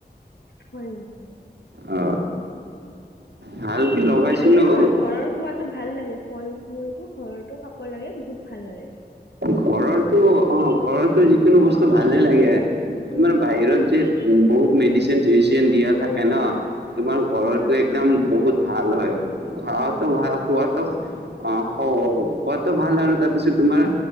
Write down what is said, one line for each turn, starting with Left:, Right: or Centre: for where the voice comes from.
Left: হয় নেকি?
Right: অ ভাল কে লগাইছিলোঁ।
Left: ভালেই হয় ঘৰৰ সোৱাদ টো ভাল লাগে ফল মূলটো ঘৰতো খাব লাগে বহুত ভাল লাগে
Right: ঘৰৰো অ ঘৰৰতো যিকোনো বস্তু ভালে লাগে তোমাৰ
Left: উম
Right: বাহিৰত
Left: উম
Right: যে বহুত মেডিচেন মেদিচেন দিয়া
Left: উম
Right: থাকে ন
Left: উম
Right: তোমাৰ ঘৰটো
Left: হয়
Right: একদম বহুত ভাল হয়। খোৱাতো
Left: উম
Right: ভাল খোৱাতটো অ খোৱাতটো ভাল আৰু তাৰপিছত তোমাৰ